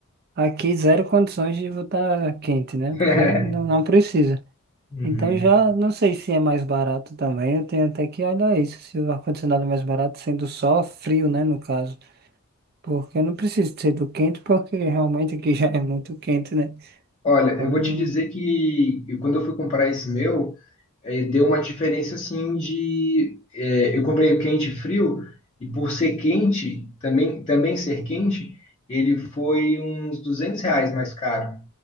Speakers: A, on the right (about 45°); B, on the left (about 30°).
A: aqui zero condições de botar quente, né?
B: usa.
A: Porque não,
B: <laughs>
A: não precisa.
B: Uhum.
A: Então já não sei se é mais barato também. Eu tenho até que olhar isso, se o ar-condicionado é mais barato, sendo só frio, né? No caso. Porque eu não preciso ser do quente, porque realmente aqui <laughs> já é muito quente, né?
B: Olha,
A: Então,
B: eu vou
A: não
B: te dizer que eu- quando eu fui comprar esse meu, eh, deu uma diferença assim de. eh, eu comprei o quente e frio, e por ser quente, também, também ser quente, ele foi uns 200 reais mais caro.